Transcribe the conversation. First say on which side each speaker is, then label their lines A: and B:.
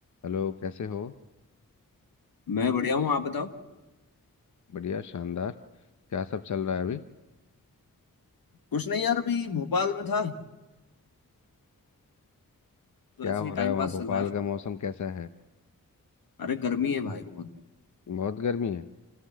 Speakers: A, on the left (about 55°); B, on the left (about 80°).
A: Hello कैसे हो
B: मैं बढ़िया हूँ आप बताओ
A: बढ़िया शानदार क्या सब चल रहा है अभी
B: कुछ नहीं यार अभी भोपाल में था तो
A: क्या
B: ऐसे
A: हो
B: ही
A: रहा
B: टाइम
A: है वहाँ
B: पास
A: भोपाल
B: चल रहा है
A: का मौसम कैसा है
B: अरे गर्मी है भाई बहुत
A: बहुत गर्मी है